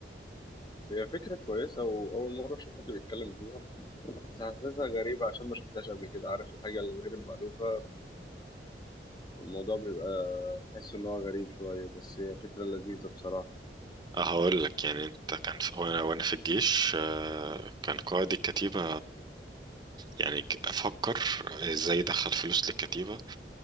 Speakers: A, on the left (about 25°); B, on the right (about 25°).
A: هي فكرة كويسة وأول مرة أشوف حد بيتكلم فيها بس حاسسها غريبة عشان ما شفتهاش قبل كده عارف الحاجة الغير المألوفة فالموضوع بيبقى تحس إن هو غريب شوية بس هي فكرة لذيذة بصراحة
B: آه، هقول لك يعني انت كان في وانا وانا في الجيش آه، كان قائد الكتيبة يعني ك- افكر ازاي ادخل فلوس للكتيبة